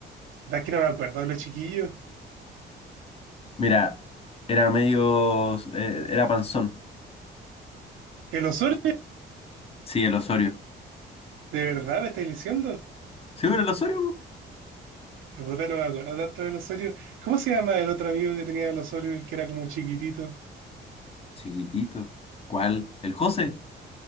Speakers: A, on the right; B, on the left.
A: Da que no me acuerdo, los chiquillos.
B: Mira, era medio. eh, era panzón.
A: ¿El Osorio?
B: Sí, el Osorio.
A: ¿De verdad me estáis diciendo?
B: ¿Sí era el Osorio? po?
A: Puta, no me acuerdo tanto del Osorio. ¿Cómo se llama el otro amigo que tenía el Osorio, el que era como chiquitito?
B: Chiquitito. ¿Cuál? ¿El José?